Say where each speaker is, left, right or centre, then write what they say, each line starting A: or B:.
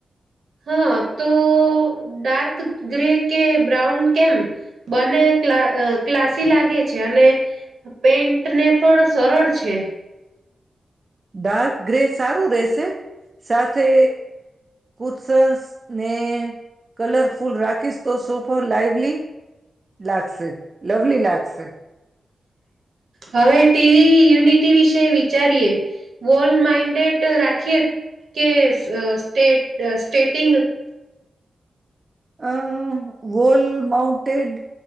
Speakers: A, on the right (about 70°); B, on the right (about 30°).
A: હા તો ડાર્ક ગ્રે. કે બ્રાઉન કેમ બને ક્ ક્લાસી લાગે છે અને પેન્ટ ને પણ સરળ છે.
B: ડાર્ક ગ્રે સ. સારું રહેશે. સાથે કુત્સન્સ ને કલરફુલ રાખીશ. તો સોફા લાઈવલી લાગશે લવલી લાગશે.
A: હવે ટીવી યુનિટી વિશે વિચારીએ વોલ્ડ માઇન્ડેડ રાખીએ કે સ્ટે સ્ટેટિંગ.
B: અ વોલ માઉન્ટેડ